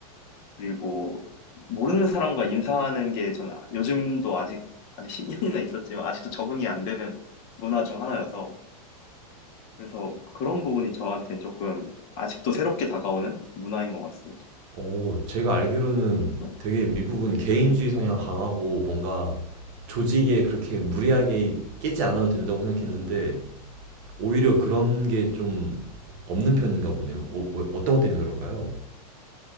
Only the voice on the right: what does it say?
어, 제가 알기로는
되게 미국은 개인주의 성향 강하고 뭔가 조직에 그렇게 무리하게 끼지 않아도 된다고 생각했는데 오히려 그런 게 좀 없는 편인가 보네요. 어, 왜- 어떤 것 때문에 그럴까요?